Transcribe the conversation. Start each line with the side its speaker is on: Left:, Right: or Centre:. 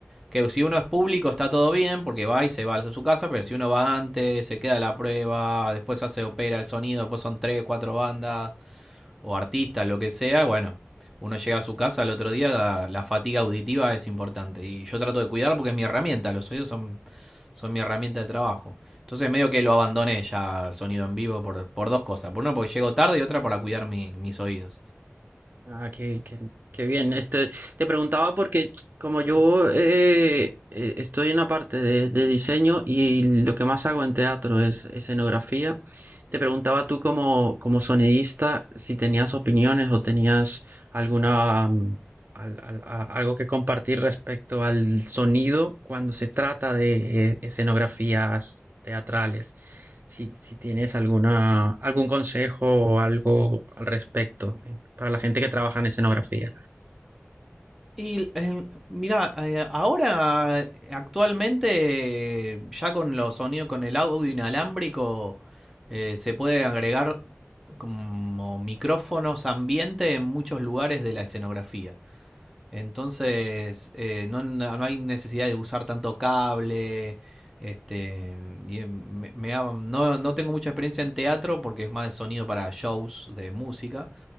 Centre: Que si uno es público está todo bien, porque va y se va a su casa, pero si uno va antes, se queda la prueba, después se opera el sonido, después son tres, cuatro bandas o artistas, lo que sea, bueno, uno llega a su casa al otro día, la, la fatiga auditiva es importante. Y yo trato de cuidarla porque es mi herramienta, los oídos son, son mi herramienta de trabajo. Entonces medio que lo abandoné ya al sonido en vivo por, por dos cosas. Por una porque llego tarde y otra para cuidar mi- mis oídos.
Right: Ah, qué, qué- qué bien. Este, te preguntaba porque como yo eh, eh, estoy en la parte de, de diseño y lo que más hago en teatro es escenografía Te preguntaba tú como, como sonidista si tenías opiniones o tenías alguna mm, al- al- a- algo que compartir respecto al sonido cuando se trata de eh, escenografías teatrales. Si, si tienes alguna, algún consejo o algo al respecto eh, para la gente que trabaja en escenografía.
Centre: Y eh, mira, eh, ahora eh, actualmente eh, ya con los sonidos, con el audio inalámbrico, eh, se puede agregar como micrófonos ambiente en muchos lugares de la escenografía. Entonces, eh, no, no no hay necesidad de usar tanto cable. Este, y eh, me- me ha- no, no tengo mucha experiencia en teatro porque es más de sonido para shows de música,